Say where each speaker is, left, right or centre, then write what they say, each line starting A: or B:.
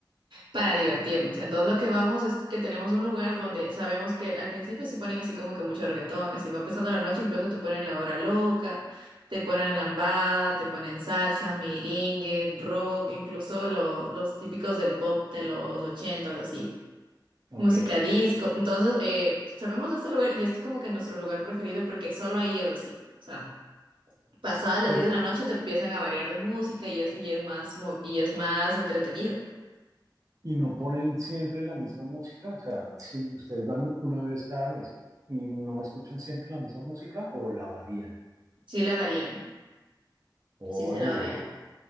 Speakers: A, on the right; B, on the right.
A: para divertirnos. Entonces lo que vamos es que tenemos un lugar donde sabemos que al principio sí ponen así como que mucho reggaetón, así va empezando la noche, incluso te ponen la hora loca, te ponen lambada, te ponen salsa, merengue, rock, incluso los, los típicos del pop de los ochentas, así
B: Ok,
A: música disco. Entonces, eh, sabemos de este lugar y es como que nuestro lugar preferido porque solo ahí es así. O sea, pasadas las
B: Pero,
A: 10 de la noche te empiezan a variar de música y es, y es más, mo- y es más entretenido.
B: y no ponen siempre la misma música, o sea, si ustedes van una vez cada mes y no escuchan siempre la misma música o la varían.
A: Sí la varían,
B: Oye,
A: sí se la varían.